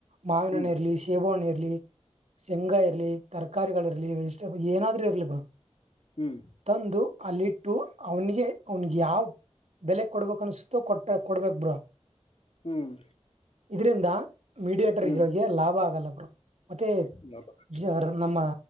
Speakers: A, on the right; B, on the left.
A: ಮಾವಿನ್
B: ಹ್ಮ್
A: ಹಣ್ ಇರ್ಲಿ ಶೇಬೊ ಹಣ್ ಇರ್ಲಿ ಲೀ ಶೆಂಗ ಇರ್ಲೀ ತರಕಾರಿಗಳು ಇರ್ಲಿ ವೆಜಿಟೇಬಲ್ ಏನಾದ್ರರು ಇರ್ಲಿ ಬ್ರೋ
B: ಹ್ಮ್
A: ತಂದು ಅಲ್ಲಿಟ್ಟು ಅವನಿಗೆ ಅವನಿಗೆ ಯಾವ ಬೆಲೆ ಕೊಡ್ಬೇಕಕ್ ಅನ್ಸುತ್ತೋ ಕೊಟ ಕೊಡ್ಬೇಕೇಕ್ ಬ್ರೋ
B: ಹ್ಮ್ ಹ್ಮ್
A: ಇಲ್ಲಿಂದ ಮೀಡಿಯೇಟರ್ಗೆ
B: ಹ್ಮ್
A: ಲಾಭ ಆಗಲ್ಲ ಬ್ರೋ ಮತ್ತೆ
B: ಲಾಭ ಆಗ್ಬೋದು.
A: ವಿಜಿ ಅವರ ನಮ್ಮ